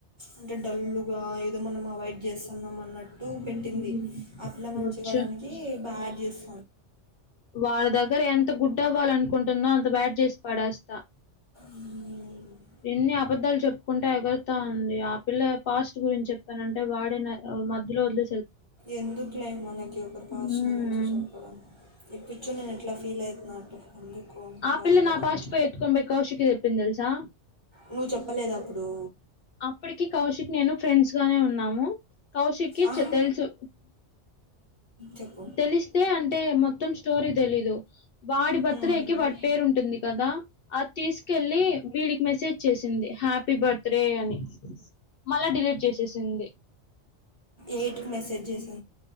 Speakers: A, on the right (about 30°); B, on the left (about 60°).
A: అంటే డల్లుగా ఇో మనం అవాయిడ్ చేస్తున్నాం అన్నట్టు
B: ఉమ్,
A: పెట్టింది ఆ పిల్ల మంచి
B: వచ్చు
A: కావడానికి బాగా చేసి
B: వారి దగ్గర ఎంత గుడ్ అవ్వాల అనుకుంటుందో అంత బ్యాట్ చేసి పడేస్తా
A: మ్మ్.
B: ఎని ఆబద్ద్దాలు చెప్ చెప్పుకుంటే ఎగురుతా ఉంది ఆ పిల్ల పాస్ట్ గురించి చెప్పానంటే వాడే మధ్యలో వదిలి
A: ఎందుకులే మనకి ఒకరి పాస్
B: ఉమ్,
A: గురించి చెప్పడం ఇప్పించు నేను ఎట్లా ఫీల్ అవుతున్నా అట్ ఫ్యామిలీ కో
B: ఆ
A: బాధపడాల
B: పిల్ల నా పాస్ట్ పోయి ఎత్తుకొని పోయి కౌశికి చెప్పింది తెలుసా
A: నువ్వు చెప్పలేదు అప్పుడు
B: అప్పటికి కౌశిక్ నేను ఫ్రెండ్స్ గానే ఉన్నాము కౌశిక్కి
A: ఆహా
B: తెలుసు
A: చెప్పు
B: తెలిస్తే అంటే మొత్తం స్టోరీ తెలీదు వాడి బర్త్
A: వాడిబర్త్డే
B: డే కి వాడి పేరు ఉంటుంది కదా అది తీసుకెళ్ళి వీడికి మెసేజ్ చేసింది హ్యాపీ బర్త్డే అని మళ్ళా డిలీట్ చేసేసింది
A: ఎయిట్కి మెసేజ్ చేసా